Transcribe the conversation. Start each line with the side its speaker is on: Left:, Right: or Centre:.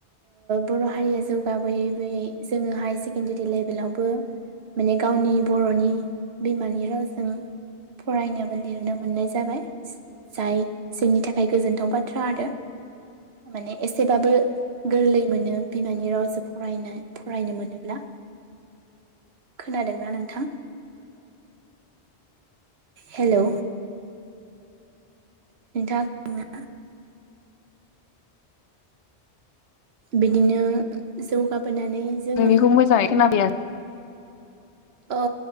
Right: बर' हारिया जौगाबोयै बोयै जोङो हाया सेकेणडारि लेभेलावबो माने गावनि बर'नि बिमानि रावजों फरायनोबा लिरनो मोननाय जाबाय जाय जोंनि थाखाय गोजोनथाव बाथ्रा आरो। माने एसेबाबो गोरलै मोनो बिमानि रावजों फरायनाय फरायनो मोनोब्ला। खोनादोंना नोंथां हेलौ? नोंथां <unintelligible> बिदिनो जौगाबोनानै जोङो
Left: नोंनिखौ मोजाङै खोनाफैया
Right: औ